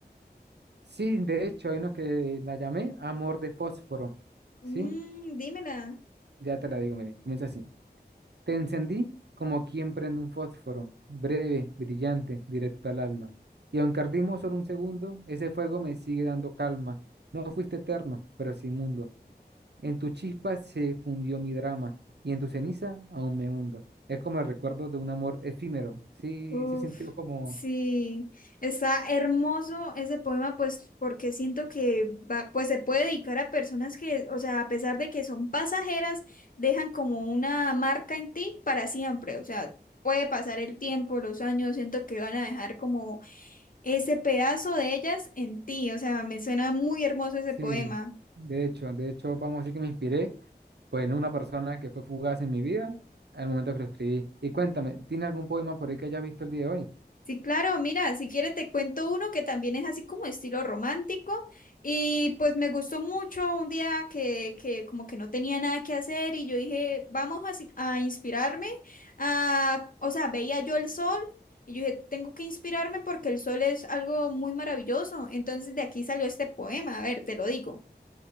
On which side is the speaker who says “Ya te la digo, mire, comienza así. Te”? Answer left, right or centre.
Right